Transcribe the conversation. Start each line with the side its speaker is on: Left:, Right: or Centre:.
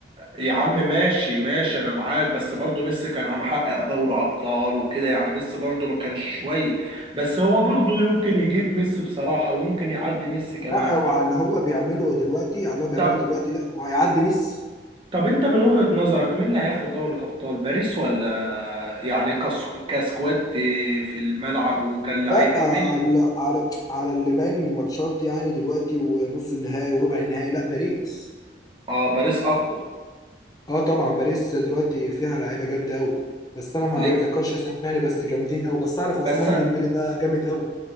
Right: يا عم ماشي ماشي انا معاك بس برضه ميسي كان عم حقق دوري ابطال وكده يعني ميسي برضه ما كانش شويه بس هو برضه يمكن يجيب ميسي بصراحه ويمكن يعدي ميسي كمان
Left: لا وعلى اللي هو بيعمله دلوقتي على اللي هو بيعمله
Right: طب
Left: دلوقتي لا هو هيعدي ميسي
Right: طب انت من وجهة نظرك مين اللي هياخد دوري الابطال باريس ولا يعني كس... كسكواد في الملعب وكلاعيبه
Left: لا على
Right: مين اللي...
Left: على على اللي باين من الماتشات يعني دلوقتي ونص النهائي وربع النهائي لا باريس
Right: اه باريس اقوى
Left: اه طبعا باريس دلوقتي فيها لعيبه جامده قوي بس انا ما
Right: ليه
Left: اتذكرش اسمهم يعني بس جامدين قوي بس اعرف
Right: بس
Left: عثمان ديمبلي ده جامد قوي